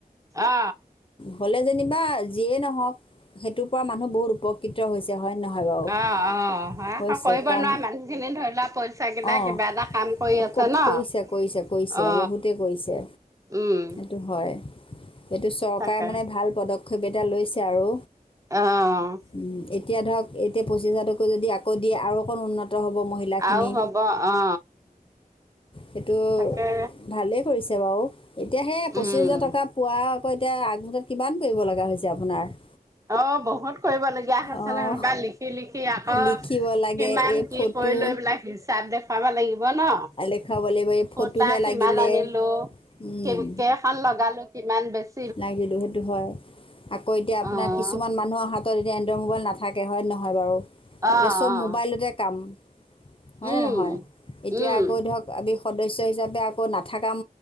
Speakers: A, on the right; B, on the left.
A: অ
B: হ'লে যেনিবা যিয়েই নহওঁক। সেইটোৰ পৰা মানুহ বহুত উপকৃত হৈছে হয় নে নহয় বাৰু।
A: অ অ হয়
B: হৈছে
A: কৰিব
B: কাৰণ
A: নোৱাৰা মানুহখিনি ধৰি লোৱা পইচা কেইটা
B: অঁ
A: কিবা এটা কাম কৰি আছে
B: ক-
A: ন'।
B: কৰিছে কৰিছে কৰিছে
A: অ
B: বহুতেই কৰিছে।
A: উম।
B: এইটো হয়, এইটো চৰকাৰে
A: তাকে
B: মানে ভাল পদক্ষেপ এটা লৈছে আৰু।
A: অ'।
B: উম, এতিয়া ধৰক এতিয়া পঁচিছ হাজাৰকৈ যদি আকৌ দিয়ে আৰু অকণ উন্ন ত হ'ব মহিলাখিনি।
A: আৰু হ'ব অ
B: সেইটো
A: তাকে
B: ভালেই কৰিছে বাৰু, এতিয়া সেই পঁচিছ
A: উম
B: হেজাৰ টকা পোৱা আকৌ এতিয়া আগদিনত কিমান কৰিব লগা হৈছে আপোনাৰ।
A: অ' বহুত কৰিবলগীয়া হৈছে
B: অঁ
A: নহয় বা লিখি লিখি আকৌ
B: লিখিব লাগে
A: কিমান
B: এই
A: কি
B: ফটো
A: কৰিলোঁ এইবিলাক হিচাপ দেখুৱাব লাগিব ন'।
B: দেখুৱাব লাগিব এই
A: সূতা
B: ফটোহে লাগিলে
A: কিমান আনিলোঁ,
B: উম,
A: কে-কেইখন লগালোঁ। কিমান বেছ
B: লাগিলো সেইটো হয়, আকৌ এতিয়া আপোনাৰ
A: অ'
B: কিছুমান মানুহৰ হাতত এতিয়া এন <unintelligible> মোবাইল নাথাকে হয় নহয় বাৰু,
A: অ'
B: এতিয়া চব
A: অ'
B: মোবাইলতে কাম। হয়নে
A: উম
B: নহয়, এতিয়া
A: উম
B: আকৌ ধৰক আমি সদস্য হিচাপে আকৌ নাথাকাম